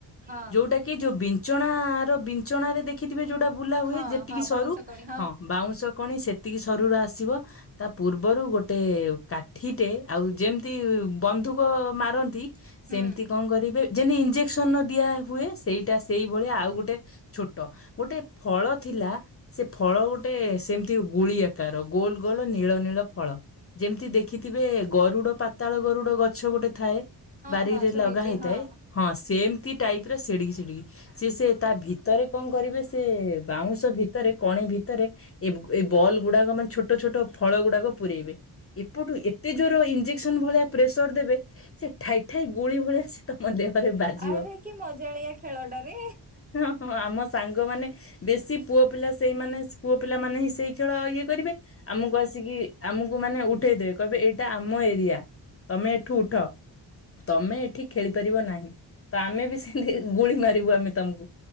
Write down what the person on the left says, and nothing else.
ଯୋଉଟା କି ଯୋଉ ବିଞ୍ଚଣା ର ବିଞ୍ଚଣାରେ ଦେ ଦେଖିଥିବେ ଯୋଉଟା ବୁଲା ହୁଏ
ଯେତିକି
ସରୁ
ହଁ ବାଉଁଶ କଣି ସେତିକି ସରୁ ର ଆସିବ। ତା ପୂର୍ବରୁ ଗୋଟେ କାଠିଟେ ଆଉ ଯେମିତି ବନ୍ଧୁକ ମାରନ୍ତି। ସେମତି
କଣ କରିବେ ଯେନ୍ତୀ ଇଞ୍ଜେକ୍ସନ ଦିଆ ହୁଏ ସେଇଟା ସେଇଭଳିଆ ଆଉ ଗୋଟେ ଛୋଟ ଗୋଟେ ଫଳ ଥିଲା। ସେ ଫଳ ଗୋଟେ ସେମତି ଗୁଳି ଆକାର ଗୋଲ ଗୋଲ ନୀଳ ନୀଳ ଫଳ। ଯେମିତି ଦେଖିଥିବେ ଗରୁଡ ପାତାଳ ଗରୁଡ ଗଛ ଗୋଟେ ଥାଏ।
ବାରିରେ
ଲଗା ହେଇଥାଏ
ହଁ ସେମତି ଟାଇପ୍ ର ସେିଡିକି ଡିକି ସେ ସେ ତା ଭିତରେ କଣ କରିବେ ସେ ବାଉଁଶ ଭିତରେ କଣି ଭିତରେ ଏ ଏଇ ବଲ୍ ଗୁଡାକ ମାନେ ଛୋଟ ଛୋଟ ଫଳ ଗୁଡାକ ପୁରେଇବେ। ଏପଟୁ ଏତେ ଜୋର ଇଞ୍ଜେକ୍ସନ ଭଳିଆ ପ୍ରେସର ଦେବେ ସେ ଠାଇ ଠାଇ ଗୁଳି ଭଳିଆ ତମ ଦେହରେ ବାଜିବ।
ହ ହଁ ଆମ ସାଙ୍ଗମାନେ ବେଶୀ ପୁଅ ପିଲା ସେଇମାନେ ପୁଅ ପିଲା ମାନେ ହିଁ ସେଇ ଖେଳ ଇଏ କରିବେ ଆମକୁ ଆସିକି ଆମକୁ ମାନେ ଉଠେଇଦେବେ କହିବେ ଏଇଟା ଆମ ଏରିଆ। ତମେ ଏଠୁ ଉଠ। ତମେ ଏଠି ଖେଳିପାରିବ ନାହିଁ ତ ଆମେ ବି ସେମିତି ଗୁଳି ମାରିବୁ ଆମେ ତମକୁ।